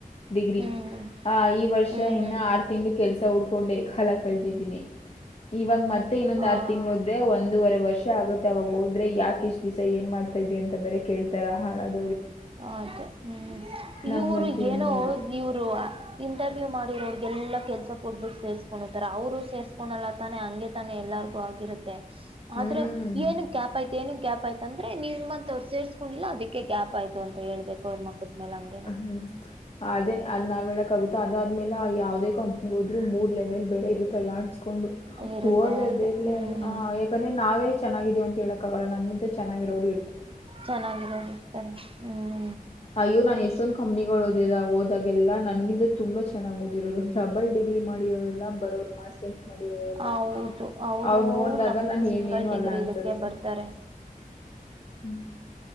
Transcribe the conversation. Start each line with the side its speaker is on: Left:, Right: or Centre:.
Left: ಡಿಗ್ರಿ
Right: ಹ್ಮ್
Left: ಆ ಈ ವರ್ಷ
Right: ಹ್ಮ್
Left: ಇನ್ನ
Right: ಹ್ಮ್
Left: ಆರು ತಿಂಗಳು ಕೆಲ್ಸ ಹುಡ್ಕ್ ಕೊಂಡೆ ಕಾಲ ಕಳದಿದ್ದೀನಿ ಇವಾಗ ಮತ್ತೆ ಇನ್ನೊಂದ್
Right: ಹಾ
Left: ಆರ್ ತಿಂಗಳ ಹೋದ್ರೆ ಒಂದೂವರೆ ವರ್ಷ ಆಗುತ್ತೆ ಅವಾಗ ಹೋದ್ರೆ ಯಾಕ್ ಇಷ್ಟು ದಿವಸ ಏನ್ ಮಾಡ್ತಾ ಇದ್ರಿ ಅಂತ ಬೇರೆ ಕೇಳ್ತಾರಾ ಹಾಳದ
Right: ಅದೆ ಹ್ಮ್
Left: ನಂಗಂತೂ
Right: ಇವರು ಏನೋ
Left: ಏನ್ ಹೇಳೋದು
Right: ಇವರು ಇಂಟರವಿವ ಮಾಡಿರೋರಗೆ ಎಲ್ಲಾ ಕೆಲಸ ಕೊಟ್ಟಬಿಟ್ಟು ಸೇರಿಸ್ಕೊಣ್ಣೋತರ ಅವರು ಸೇರಸ ಸೇರ್ಕೊಂಣ್ಣಲ್ಲಾ ತಾನೆ ಹಂಗೆ ತಾನೆ ಎಲ್ಲಾರ್ಗು ಆಗಿರುತ್ತೆ
Left: ಹ್ಮ್
Right: ಆದ್ರೆ ಏನ್ಕ್ ಗ್ಯಾಪ್ ಆಯ್ತು ಏನ್ಕ್ ಗ್ಯಾಪ್ ಆಯ್ತು. ಅಂದ್ರೆ ನಿಮ್ಮಂತ ಅವ್ರರು ಸೇರ್ಸ್ಕೊಂಡಿಲ್ಲ ಅದಕ್ಕೆ ಗ್ಯಾಪ್ ಆಯ್ತು ಅಂತ ಹೇಳ್ಬೇಕು ಅವ್ರ ಮಕ್ಕದ ಮೇಲೆ ಹಂಗೇನೇ.
Left: ಹ್ಮ್ ಅದೇ ಅದ್ ನಾವ್ ಹೇಳಕ್ ಆಗುತ್ತ ಅದಾದ್ಮೇಲೆ ಆ ಯಾವುದೇ ಕಂಪ್ನಿಗೆ ಹೋದ್ರು ಮೂರ್ ಲೆವೆಲ್ ಬೇರೆ ಇರುತ್ತಲ್ಲ. ಅನ್ನಕೊಂಡು
Right: ಇರುತ್ತೆ
Left: ಹೋಗೋದೆಲ್ಲಿ
Right: ಅದೇ ಹ್ಮ್
Left: ಹ ಯಾಕಂದ್ರೆ ನಾವೇ ಚೆನ್ನಾಗಿದೀವಿ ಅಂತ ಹೇಳಕ್ಕಾಗಲ್ಲ ನಮಗಿಂತ. ಚನ್ನಾಗಿರೋರು
Right: ಚೆನ್ನಾಗಿರೋರು ಇರ್ತಾರೆ ಹ್ಮ್
Left: ಅಯ್ಯೋ ನಾನ್ ಎಷ್ಟೊಂದ್ ಕಂಪ್ನಿಗಳು ಓದಿದ ಹೋದಾಗಲ್ಲಾ ನನ್ಗಿಂತ ತುಂಬಾ ಚೆನ್ನಾಗ್ ಓದಿರೋರು ಡಬ್ ಡಬಲ್ ಡಿಗ್ರಿ ಮಾಡಿರೋರೆಲ್ಲ ಬರೋರು ಮಾಸ್ಟರ್ಸ್ ಮಾಡಿರೋರೆಲ್ಲ
Right: ಹೌದು ಅವರುನೊ
Left: ಅವ್ರ ನೋಡ್ದಾಗ
Right: ನಮ
Left: ನಾನ್
Right: ಸಿಂಗಲ್
Left: ಏನೇನು
Right: ಡಿಗ್ರಿ
Left: ಅಲ್ಲ ಅನ್ಸೋದು
Right: ಇದಕ್ಕೆ ಬರ್ತಾರೆ
Left: ಹ್ಮ್